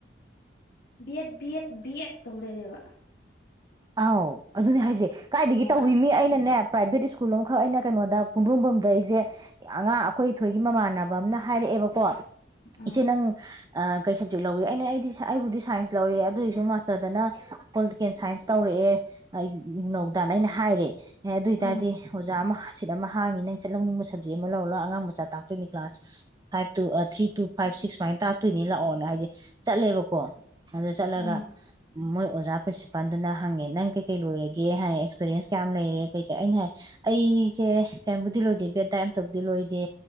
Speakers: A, on the left (about 55°); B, on the right (about 20°).
A: ꯕꯤꯑꯦꯠ ꯕꯤꯑꯦꯠ ꯕꯤꯑꯦꯗ ꯇꯧ ꯂꯩꯔꯦꯕ
B: ꯑꯥꯎ ꯑꯗꯨꯅꯦ ꯍꯥꯏꯖꯦ ꯀꯥꯏꯗꯒꯤ
A: ꯈꯪꯉꯕ
B: ꯇꯧꯏ ꯃꯤ ꯑꯩꯅꯅꯦ ꯄ꯭ꯔꯥꯏꯚꯦꯠ ꯁ꯭ꯀꯨꯜ ꯑꯃꯈꯛ ꯑꯩꯅ ꯀꯩꯅꯣꯗ ꯄꯨꯡꯗꯣꯡꯕꯝꯗ ꯑꯩꯖꯦ ꯑꯉꯥꯡ ꯑꯩꯈꯣꯏ ꯏꯊꯣꯏꯒꯤ ꯃꯃꯥꯟꯅꯕ ꯑꯃꯅ ꯍꯥꯏꯔꯛꯑꯦꯕꯀꯣ
A: ꯎꯝ
B: ꯏꯆꯦ ꯅꯪ ꯑꯥ ꯀꯩ ꯁꯕꯖꯦꯛ ꯂꯧꯋꯦ ꯑꯩꯅ ꯑꯩꯗꯤ ꯑꯩꯕꯨꯗꯤ ꯁꯥꯏꯟꯁ ꯂꯧꯔꯛꯑꯦ ꯑꯗꯨꯏꯖꯨ ꯃꯥꯁꯇꯔꯗꯅ ꯄꯣꯂꯤꯇꯤꯀꯦꯟ ꯁꯥꯏꯟꯁ ꯑꯦ ꯑꯩ ꯏꯒꯅꯧꯗ ꯑꯩꯅ ꯍꯥꯏꯔꯦ ꯑꯦ ꯑꯗꯨ ꯑꯣꯏꯇꯥꯔꯗꯤ
A: ꯎꯝ
B: ꯑꯣꯖꯥ ꯑꯃ ꯁꯤꯠ ꯑꯃ ꯍꯥꯡꯉꯤ ꯅꯪ ꯆꯠ ꯂꯧꯅꯤꯡꯕ ꯁꯕꯖꯦꯛ ꯑꯃ ꯂꯧꯔꯨꯂꯥꯎ ꯑꯉꯥꯡ ꯃꯆꯥ ꯇꯥꯛꯇꯣꯏꯅꯤ class five two three two five six ꯁꯨꯃꯥꯏꯅ ꯇꯥꯛꯇꯣꯏꯅꯤ ꯂꯥꯛꯑꯣꯅ ꯑꯩꯁꯦ ꯆꯠꯂꯦꯕꯀꯣ ꯑꯗ ꯆꯠꯂꯒ
A: ꯎꯝ
B: ꯃꯣꯏ ꯑꯣꯖꯥ ꯄ꯭ꯔꯤꯟꯁꯤꯄꯥꯜꯗꯨꯅ ꯍꯪꯉꯦ ꯅꯪ ꯀꯩ ꯀꯩ ꯂꯣꯏꯔꯒꯦ ꯍꯥꯏ ꯑꯦꯛꯁꯄꯤꯔꯤꯟꯁ ꯀꯌꯥꯝ ꯂꯩꯔꯦ ꯀꯩꯀꯩ ꯑꯩꯅ ꯍꯥꯏ ꯑꯩꯁꯦ ꯀꯥꯏꯝꯕꯨꯗꯤ ꯂꯣꯏꯗꯦ ꯕꯦꯠꯗꯥꯏꯠ ꯑꯝꯇꯕꯨꯗꯤ ꯂꯣꯏꯗꯦ